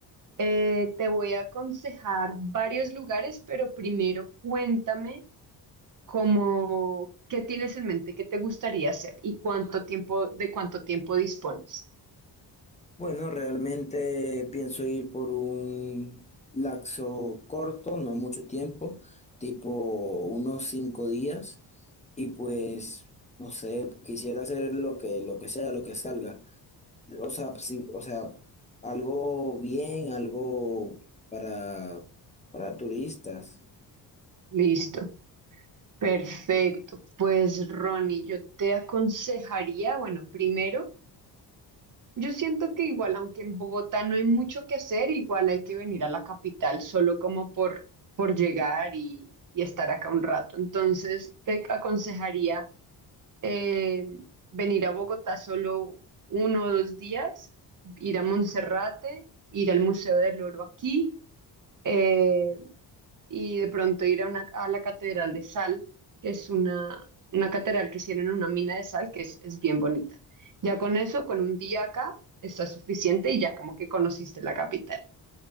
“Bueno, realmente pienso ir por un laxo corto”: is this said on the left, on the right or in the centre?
Left